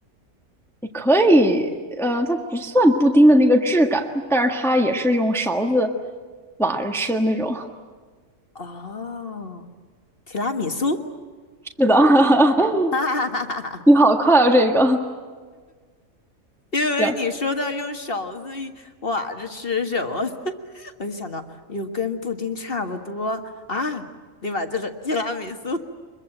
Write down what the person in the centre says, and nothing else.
也可以，呃，它不算布丁的那个质感，但是它也是用勺子挖着吃的那种。
<laughs> 是的，<laughs>
你好快哦，这个
行